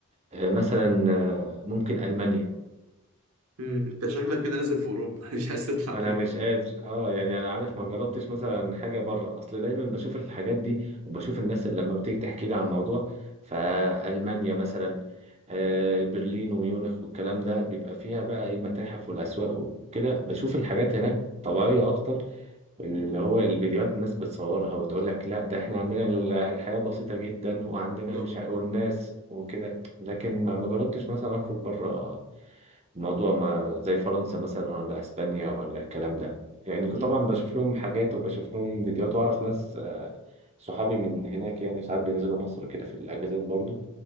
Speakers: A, on the right; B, on the right.
A: آه، مثلا آه، ممكن المانيا
B: مم. انت شكلك كده لازم في اوروبا <laughs> مش عايز تطلع
A: انا
B: فين
A: مش قادر اه يعني انا عارف ما جربتش مثلا حاجه بره اصل دايما بشوف الحاجات دي وبشوف الناس اللي لما بتيجي تحكي لي عن الموضوع فالمانيا مثلا آه برلين وميونخ والكلام ده بيبقى فيها بقى ايه المتاحف والاسواق وكده بشوف الحاجات هناك طبيعيه اكتر اللي هو الفيديوهات الناس بتصورها وتقول لك لا ده احنا عندنا ال- الحياه بسيطه جدا وعندنا
B: بالظبط
A: مش ع- والناس وكده لكن ما ما جربتش مثلا اخرج بره الموضوع ما زي فرنسا مثلا ولا اسبانيا ولا الكلام ده يعني كنت
B: مم.
A: طبعا بشوف لهم حاجات وبشوف لهم فيديوهات واعرف ناس آه، صحابي من هناك يعني ساعات بينزلوا مصر كده في الاجازات برضو